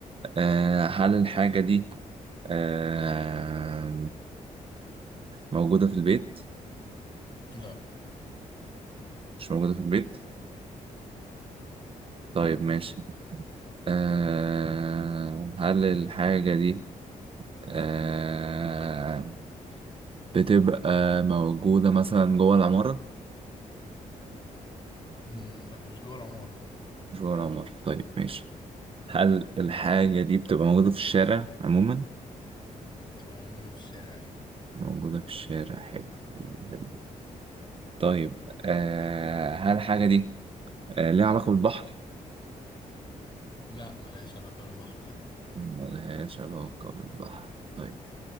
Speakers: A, on the right (about 40°); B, on the left (about 35°).
A: آه هل الحاجة دي آه موجودة في البيت؟
B: لا
A: مش موجودة في البيت؟ طيب ماشي آه هل الحاجة دي آه بتبقى موجودة مثلا جوه العمارة؟
B: مم، لا مش جوه العمارة
A: مش جوه العمارة طيب ماشي هل الحاجة دي بتبقى موجودة في الشارع عموما؟
B: مم، بتبقى موجودة في الشارع أيوة
A: موجودة في الشارع حلو حلو حلو طيب آه هل الحاجة دي آه ليها علاقة بالبحر؟
B: لا ملهاش علاقة بالبحر لا
A: ملهاش علاقة بالبحر طيب